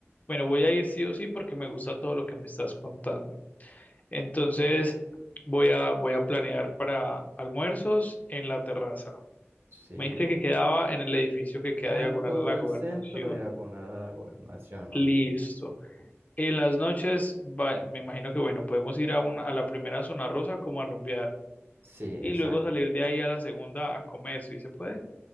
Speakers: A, on the left; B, on the right.
A: bueno, voy a ir sí o sí porque me gusta todo lo que me estás contando. Entonces, voy a, voy a planear para almuerzos en la terraza.
B: Sí,
A: Me dijiste que quedaba en el edificio que queda
B: quedan
A: diagonal
B: todo
A: a la
B: el
A: gobernación.
B: centro diagonal a la gobernación, ok.
A: Listo. En las noches, va- me imagino que, bueno, podemos ir a una, a la primera zona rosa como a rumbear.
B: Sí,
A: y
B: exacto,
A: luego salir de ahí a la segunda a comer, si se puede.